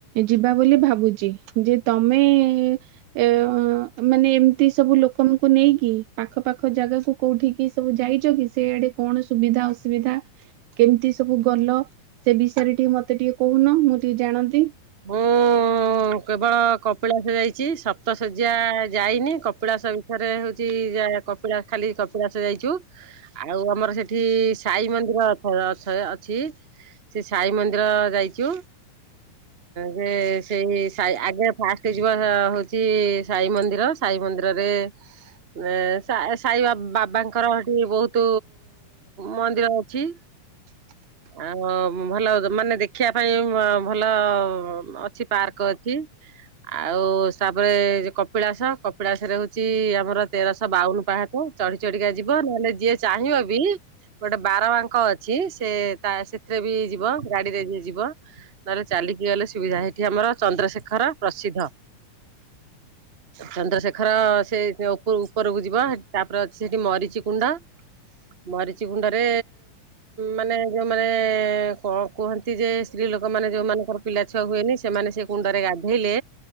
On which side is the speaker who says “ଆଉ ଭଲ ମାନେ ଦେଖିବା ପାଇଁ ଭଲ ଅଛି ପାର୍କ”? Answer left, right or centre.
Right